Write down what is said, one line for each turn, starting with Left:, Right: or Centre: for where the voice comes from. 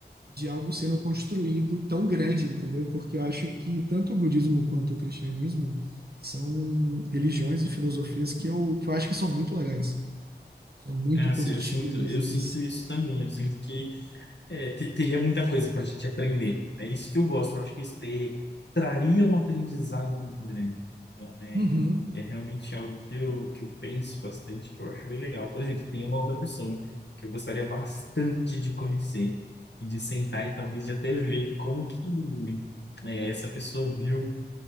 Right: de algo sendo construído tão grande, entendeu? Porque eu acho que tanto o budismo quanto o cristianismo são religiões e filosofias que eu, que eu acho que são muito legais, são muito
Left: é, assim,
Right: positivas
Left: eu sinto, eu
Right: e
Left: sinto isso também. Eu sinto que É, te- teria muita coisa para a gente aprender. É isso que eu gosto. Eu acho que isso te- traria um aprendizado muito grande. Então, é,
Right: Uhum,
Left: é realmente algo que eu, que eu penso bastante, que eu acho bem legal. Por exemplo, tem uma outra pessoa que eu gostaria bastante de conhecer e de sentar e talvez de até ver como que é, essa pessoa viu,